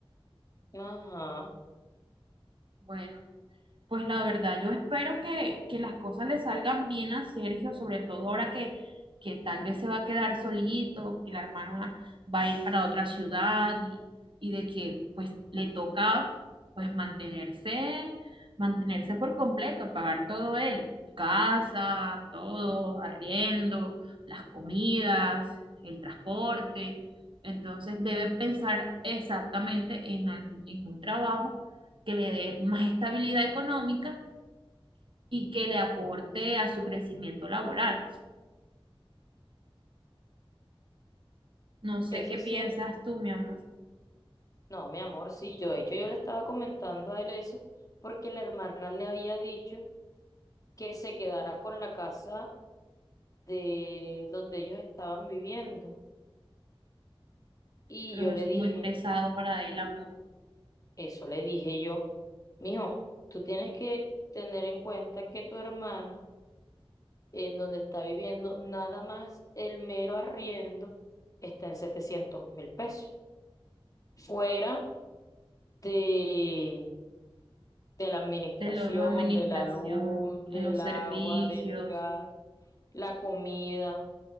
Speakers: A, on the left; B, on the right.
A: Ajá,
B: Bueno. Pues la verdad, yo espero que, que las cosas le salgan bien a Sergio, sobre todo ahora que, que tal vez se va a quedar solito, que la hermana va a ir para otra ciudad y, y de que pues le toca pues mantenerse, mantenerse por completo, pagar todo él, casa, todo, arriendo, las comidas, el transporte. Entonces debe pensar exactamente en algún- en un trabajo que le dé más estabilidad económica y que le aporte a su crecimiento laboral. No sé
A: eso
B: qué
A: sí
B: piensas
A: es,
B: tú, mi amor,
A: no, mi amor, sí, yo de hecho yo le estaba comentando a él eso porque la hermana le había dicho. que se quedara con la casa de donde ellos estaban viviendo. Y
B: pero
A: yo
B: eso
A: le dije,
B: es muy pesado para el amor
A: eso le dije yo, mijo, tú tienes que tener en cuenta que tu hermana, en donde está viviendo, nada más el mero arriendo está en setecientos mil pesos. Fuera de, de la administración,
B: de la administración,
A: de la luz, del
B: en los servicios,
A: agua, del gas. la comida.